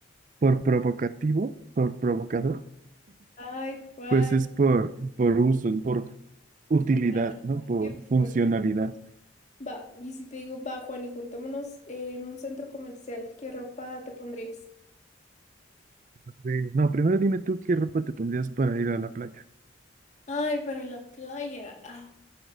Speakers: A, on the right (about 40°); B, on the left (about 35°).
A: por provocativo, por provocador,
B: Ay, Juan.
A: pues es por, por uso, por utilidad,
B: Nah,
A: ¿no? Por
B: yo te
A: funcionalidad.
B: conozco. Va, y si te digo, va, Juan, y juntémonos en un centro comercial, ¿qué ropa te pondrías?
A: Eh, No, primero dime tú qué ropa te pondrías para ir a la playa.
B: Ay, para la playa. Ah,